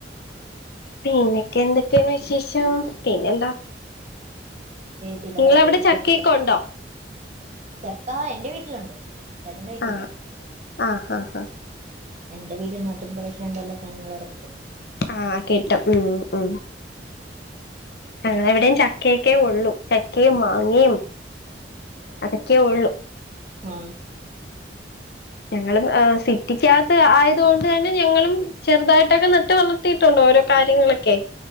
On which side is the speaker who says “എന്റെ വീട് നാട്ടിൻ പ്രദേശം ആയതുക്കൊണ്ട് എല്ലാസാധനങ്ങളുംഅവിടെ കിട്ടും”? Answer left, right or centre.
Right